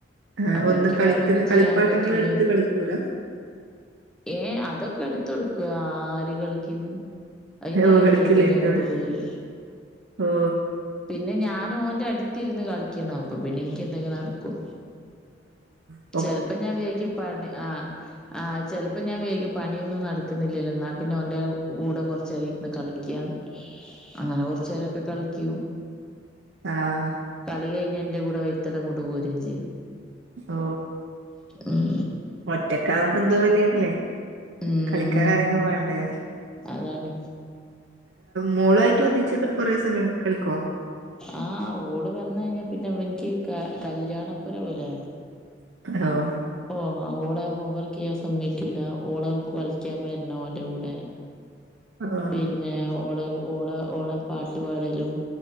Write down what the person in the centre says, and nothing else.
അപ്പൊ
എനിക്ക്
വേറെ ഒന്നും
ചെയ്യാൻ പറ്റില്ല
ഏഹ് അതൊക്കെ എടുത്തു കൊടുക്കും ആര് കൾക്കിന്ന് ഐഇന്റെ
വൈത്തലെ
തന്നെങ്ങോട്ട് പോരും
പിന്നെ ഞാനു ഓൻന്റെ അടുത്ത് ഇരുന്ന് കളിക്കണം. അപ്പൊ പിന്നെ എൻക്ക് എന്തെങ്കിലും നട്ക്ക്വോ
ചെൽപ്പോ ഞാൻ വിചാരിക്കുംവാക്കി പാ ആ ആഹ് ചിലപ്പോൾ ഞാൻ വെയ്ഗിപ്പോ പണിയൊന്നും നടക്കുന്നില്ലല്ലോ എന്നാ പിന്നെ അവന്റെ കൂടെ കൊർച്ചേയി ഇര്ന്ന് കളിക്യാന്ന്
അങ്ങനെ കൊറച് നേേരൊക്കെ കളിക്കൂ
കളി കഴിഞ്ഞ എന്റെ കൂടെ വൈത്തൽ അങ്ങോട്ട്‌ പോരുകയും ചെയ്യും
ഉം
ഉം
അതാണ്.
ആഹ് ഓട് വന്ന് കഴിഞ്ഞാ പിന്നെ എനിക്ക് കല്യാണപ്പുര പോലെയ
ഓ അവളെ ഹോം വർക്ക് ചെയ്യാൻ സമ്മക്കില്ല ഓളെ കളിക്കാൻ വരണോ അവന്റെ കൂടെ
പിന്നെ ഓടെ ഓള ഓള പാട്ടുപാടലും